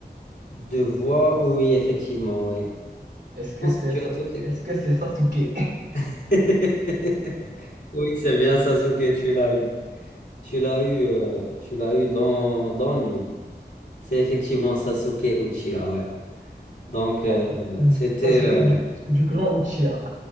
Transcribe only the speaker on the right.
Est-ce
que
c'est
ça?
Est-ce que c'est Sasuke?
<laughs> ok.
Sasuke
du, du clan Uchiha.